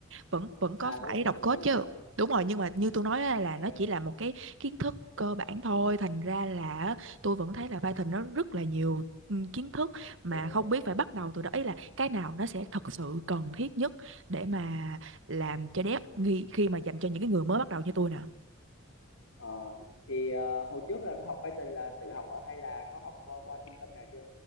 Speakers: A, on the right (about 65°); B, on the left (about 75°).
A: vẫn vẫn có
B: À
A: phải
B: vẫn
A: đọc
B: tự
A: code
B: code
A: chứ
B: được.
A: đúng rồi nhưng mà như tôi nói á,
B: ok
A: là nó chỉ là một cái kiến thức cơ bản thôi thành ra là tôi vẫn thấy là Python nó rất là nhiều ừ, kiến thức mà
B: đúng
A: không
B: đúng
A: biết
B: đúng
A: phải bắt đầu từ đó ý là cái nào nó sẽ thật sự cần thiết nhất để mà làm cho dev nghi- khi mà dành cho những cái người mới bắt đầu như tôi nè
B: ờ thì ờ, hồi trước là học Python là tự học ở hay là có học qua qua trung tâm nào chưa